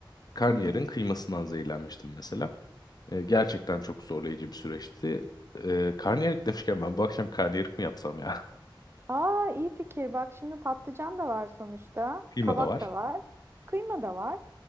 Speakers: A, on the left; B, on the right.
A: Karnıyarığın
B: Hı hı.
A: kıymasından zehirlenmiştim mesela. E, gerçekten çok zorlayıcı bir süreçti. E, karnıyarık demişken ben bu akşam karnıyarık mı yapsam ya? <laughs>
B: Aa iyi fikir. Bak şimdi patlıcan da var sonuçta.
A: Kıyma
B: Kabak
A: da var.
B: da var. Kıyma da var.